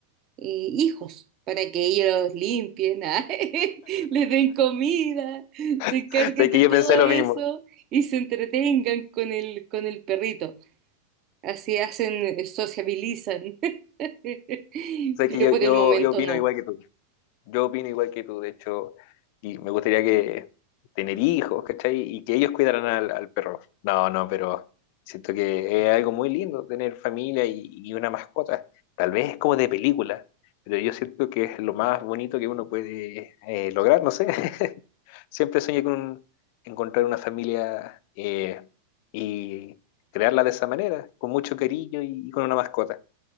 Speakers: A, on the right; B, on the left.
A: eh, hijos para que ellos los limpien, <laughs> ah, les den comida, se encarguen
B: <laughs> Sé que
A: de
B: yo
A: todo
B: pensé
A: eso
B: lo mismo.
A: y se entretengan con el, con el perrito. Así hacen, eh, sociabilizan, <laughs>
B: Sé
A: pero
B: que yo,
A: por
B: yo,
A: el momento
B: yo opino
A: no.
B: igual que tú. Yo opino igual que tú, de hecho, y me gustaría que tener hijos, ¿cachai? Y que ellos cuidaran al, al perro. No, no, pero siento que es algo muy lindo tener familia y, y una mascota. Tal vez es como de película, pero yo siento que es lo más bonito que uno puede eh, lograr, no sé. <laughs> Siempre soñé con un- encontrar una familia eh, y crearla de esa manera, con mucho cariño y con una mascota.